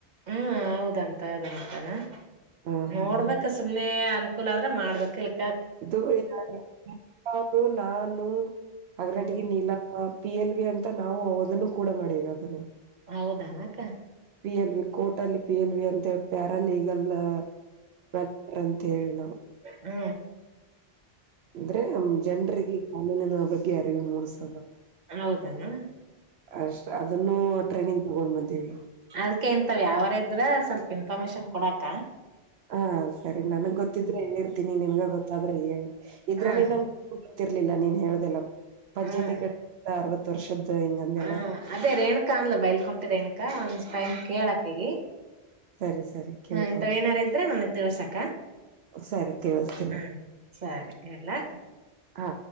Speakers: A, on the right; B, on the right.
A: ಹ್ಮ ಹೌದಂತ ಅದಂತನಾ
B: ಹಾ
A: ನೋಡ್ಬೇಕ.
B: ಹಾ ಹಾ
A: ಸುಮ್ನೆ ಅನುಕೂಲ ಆದ್ರೆ ಮಾಡ್ಬೇಕ. ಇಲ್
B: <unintelligible> ನಾನು ಹಗರಟಗಿ
A: ಹ್ಮ್
B: ನೀಲ ಹ ಪಿ ಎಲ್ ವಿ ಅಂತ ನಾವು ಅದನ್ನು ಕೂಡ ಮಾಡೇವಿ ಅದನ್ನ.
A: ಹೌದಾನ ಅಕ್ಕ.
B: ಪಿ ಎಲ್ ವಿ ಕೋರ್ಟ್ ಅಲ್ಲಿ ಪಿ ಎಲ್ ವಿ ಅಂತ ಹೇಳಿ ಪ್ಯಾರ ಲೀಗಲ್. <unintelligible> ಅಂತ ಹೇಳಿ ನಾವು.
A: ಹ್ಮ.
B: ಅಂದ್ರೆ ಜನರಿಗೆ ಕಾನೂನಿನ ಬಗ್ಗೆ ಅರಿವಿ ಮೂಡಸದ.
A: ಹೌದನ
B: ಅಷ್ಟ ಅದನ್ನು ಟ್ರೈನಿಂಗ್ ತಗೊಂಡ್ ಬಂದೀವಿ.
A: ಅದ್ಕ ಇಂತವ್ ಯಾವಾರ ಇದ್ರ ಸ್ವಲ್ಪ್ ಇನ್ಫಾರ್ಮೇಶನ್ ಕೊಡಕ.
B: ಹಾ ಸರಿ ನನ್ಗ್ ಗೊತ್ತಿದ್ರೆ ಹೇಳೀರ್ತಿನಿ ನಿನ್ಗಾ ಗೊತ್ತಾದ್ರ ನೀ ಹೇಳು.
A: ಹ್ಮ್
B: ಗೊತ್ತಿರ್ಲಿಲ್ಲ ನೀನ್ ಹೇಳ್ದಲ್ಲ ಪಂಚಾಯತಿ
A: ಹ್ಮ್
B: ಕಡೆ ಇಂದ ಅರವತ್ತು ವರ್ಷದ್ದ ಹಿಂಗಂದೆಲ್ಲ.
A: ಹ್ಮ್ ಅದೇ ರೇಣುಕಾ ಅಂದಲ ಬೈಲ್ಕಂಟಿ ರೇಣುಕಾ ಒಂದ್ ಟೈಮ್ ಕೇಳ ಅಕಿಗಿ.
B: ಸರಿ ಸರಿ ಕೇಳ್ಕೊಂಡ
A: ಹ್ಮ ಇಂತವ್ ಏನಾರ್ ಇದ್ರ ನನಗ್ ತಿಳ್ಸ ಅಕ್ಕ.
B: ಸರಿ ತಿಳಿಸ್ತೀನ
A: ಹ್ಮ ಸರಿ ಇಡ್ಲಾಕ್ಕ.
B: ಹಾ